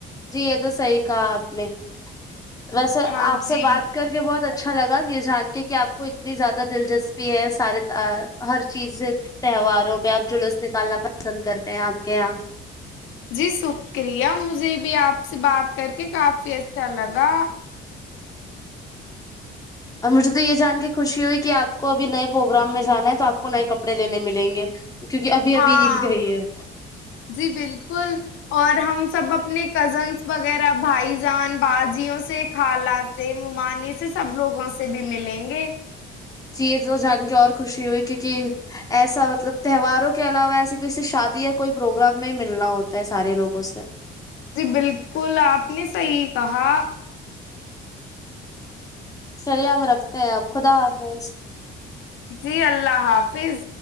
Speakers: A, on the left (about 20°); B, on the left (about 80°).
A: جی یہ تو صحیح کہا آپ نے ویسے
B: ہاں
A: آپ سے
B: جی
A: بات کر کے بہت اچھا اچھا لگا یہ جان کے کہ آپ کو اتنی زیادہ دلچسپی ہے سارے ہر چیز تہواروں پہ آپ جلوس نکالنا پسند کرتے ہیں آپ کے یہاں
B: جی شکریہ مجھے بھی آپ سے بات کر کے کافی اچھا لگا
A: اور مجھے تو یہ جان کے خوشی ہوئی کہ آپ کو ابھی نئے پروگرام میں جانا ہے تو آپ کو نئے کپڑے لینے ملیں گے کیونکہ ابھی ابھی
B: ہاں
A: عید گئی ہے
B: جی بالکل اور ہم سب اپنے کزنس وغیرہ بھائی جان بعد جیوں سے خالہ سے ممانی ے سب لوگوں سے بھی ملیں گے
A: چیز وہ جان کے اور خوشی ہوئی کیونکہ ایسا مطلب تہواروں کے علاوہ ایسیے کسی سے شادی یا کوئی پروگرام میں ملنا ہوتا ہے سارے لوگوں سے
B: جی بالکل آپ نے صحیح کہا
A: چلیے ہم رکھتے ہیں اب خدا حافظ
B: جی اللہ حافظ